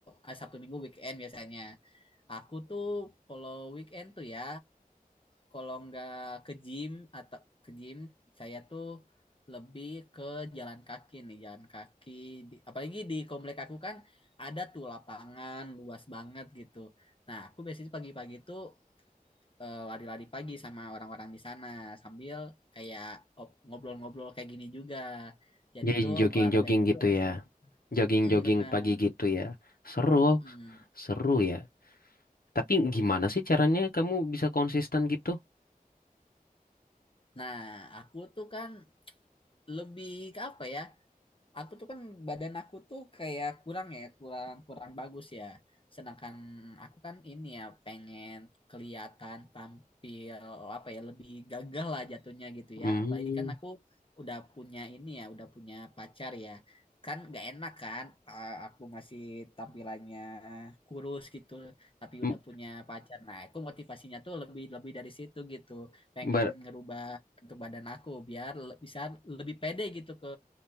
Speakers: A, on the left (about 35°); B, on the left (about 75°).
A: eh, Sabtu Minggu weekend biasanya. Aku tuh kalau weekend tuh ya, kalau nggak ke gym atau ke gym saya tuh lebih ke jalan kaki nih jalan kaki Di- apalagi di komplek aku kan ada tuh lapangan luas banget gitu nah aku biasanya pagi-pagi tuh eh, lari-lari pagi sama orang-orang di sana sambil kayak op- ngobrol-ngobrol kayak gini juga jadi
B: Jadi
A: tuh
B: jogging-jogging
A: olahraga itu
B: gitu
A: asik
B: ya. Jogging-jogging
A: Mm-mm, benar
B: pagi gitu ya. Seru,
A: Mm-mm.
B: seru ya. Tapi gimana sih caranya kamu bisa konsisten gitu?
A: Nah, aku tuh kan lebih ke apa ya? aku tuh kan badan aku tuh kayak kurang ya kurang kurang bagus ya sedangkan aku kan ini ya pengen kelihatan tampil apa ya lebih gagah lah jatuhnya gitu
B: Hmm,
A: ya apalagi kan aku udah punya ini ya udah punya pacar ya kan gak enak kan eh, aku masih tampilannya kurus gitu tapi
B: m-
A: udah punya pacar nah itu motivasinya tuh lebih lebih dari situ gitu pengen
B: bar-
A: ngerubah bentuk badan aku biar le- bisa lebih pede gitu ke